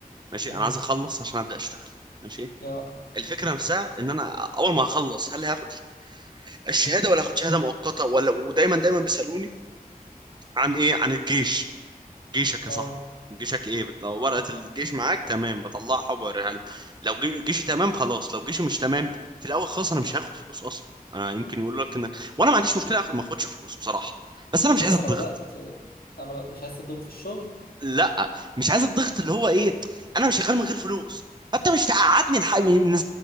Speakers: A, on the right; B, on the left.
A: ماشي
B: مم.
A: انا عايز اخلص عشان ابدا اشتغل ماشي
B: اه
A: الفكره نفسها ان انا اول ما هخلص هل هاخد الشهاده ولا هاخد شهاده مؤقته ولا ودايما دايما بيسالوني عن ايه عن الجيش جيشك يا
B: اه
A: صاحبي جيشك ايه بت... ورقة الجيش معاك تمام بطلعها وبوريها له لو جي- جيشي تمام خلاص لو جيشي مش تمام في الاول خالص انا مش هاخد فلوس اصلا انا يمكن يقول لك انك وانا ما عنديش مشكلة اخد ما اخدش فلوس بصراحة بس انا مش
B: بص
A: عايز الضغط
B: أنا بدأت أنا ب- مش عايز أضغط في الشغل
A: لا مش عايز الضغط اللي هو ايه انا مش شغال من غير فلوس فانت مش تقعدني الح... من- من-